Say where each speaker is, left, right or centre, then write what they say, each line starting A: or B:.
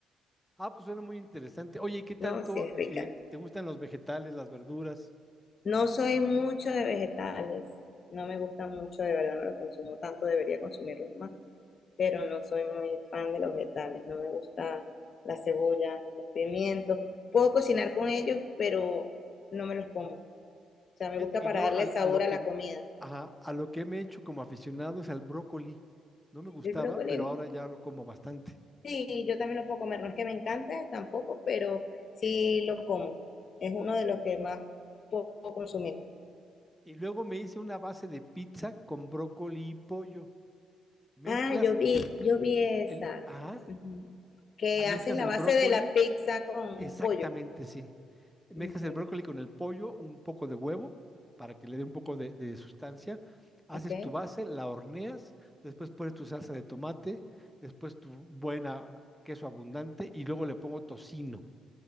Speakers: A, in the centre; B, on the left (about 45°).
A: Ah, pues suena muy interesante. Oye, ¿y qué tanto
B: ¿no? Si es
A: eh,
B: rica.
A: eh, te gustan los vegetales, las verduras?
B: No soy mucho de vegetales, no me gustan mucho, de verdad no los consumo tanto, debería consumirlos más. pero no soy muy fan de los vegetales, no me gusta la cebolla, los pimientos. Puedo cocinar con ellos, pero no me los como. O sea, me
A: Fíjate
B: gusta
A: que
B: para
A: yo
B: darle
A: al-
B: sabor
A: a, lo
B: a
A: que
B: la comida.
A: ajá, a, lo que me he hecho como aficionado es al brócoli. No me gustaba,
B: El brócoli,
A: pero ahora ya lo como bastante.
B: sí, yo también lo puedo comer, no es que me encante tampoco, pero sí lo como. Es uno de los que más puedo consumir.
A: Y luego me hice una base de pizza con brócoli y pollo. Mezclas
B: Ah, yo vi,
A: el,
B: yo vi esa,
A: el, ajá,
B: Ujú. que
A: ah, mezclas
B: haces la
A: el
B: base
A: brócoli,
B: de la pizza con
A: exactamente,
B: pollo.
A: sí. Mezclas
B: Ujú.
A: el brócoli con el pollo, un poco de huevo, para que le dé un poco de, de sustancia. Haces
B: Ok.
A: tu base, la horneas, después pones tu salsa de tomate, después tu buena queso abundante y luego le pongo tocino.